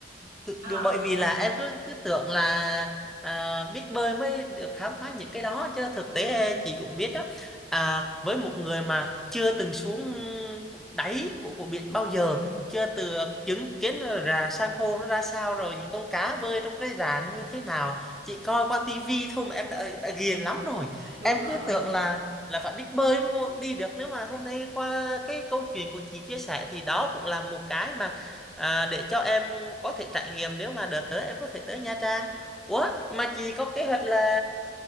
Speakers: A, in the centre; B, on the right.
A: Tự-
B: à,
A: điều- bởi vì là em cứ cứ tưởng là à, biết bơi mới được khám phá những cái đó chứ thực
B: ừm,
A: tế chị cũng biết đó à, với một người mà chưa từng xuống đáy của của biển bao giờ
B: à
A: chưa từ chứng kiến là rạn san hô nó ra sao rồi những con cá bơi trong cái rạn như thế nào chị coi qua tivi thôi mà em đã đã ghiền lắm rồi
B: đúng
A: em
B: rồi.
A: cứ tưởng là là phải biết bơi đi được nếu mà hôm nay qua cái câu chuyện của chị chia sẻ thì đó cũng là một cái mà à, để cho em có thể trải nghiệm nếu mà đợt tới em có thể tới Nha Trang Ủa mà chị có kế hoạch là